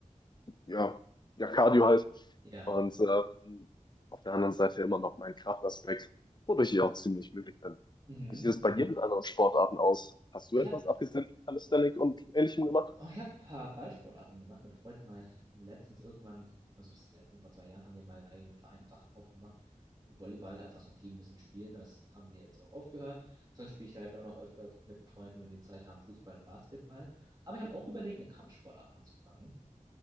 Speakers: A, on the left; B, on the right.
A: äh, ja, ja, Cardio halt.
B: Ja.
A: Und ähm, auf der anderen Seite immer noch meinen Kraftaspekt, wodurch ich auch ziemlich glücklich bin.
B: Mhm.
A: Wie sieht es bei dir mit anderen Sportarten aus? Hast
B: Ich
A: du etwas
B: habe
A: abgesehen von Calisthenics und Ähnlichem gemacht?
B: Oh, ich habe ein paar Ballsportarten gemacht. Mein Freund mal letztens irgendwann, also was ist letztens, vor zwei Jahren haben wir mal einen eigenen Verein einfach aufgemacht. Volleyball einfach so ein Team ein bisschen spielen, das haben wir jetzt auch aufgehört. Sonst spiele ich halt auch noch öfters mit Freunden, wenn wir Zeit haben, Fußball und Basketball. Aber ich habe auch überlegt, eine Kampfsportart anzufangen.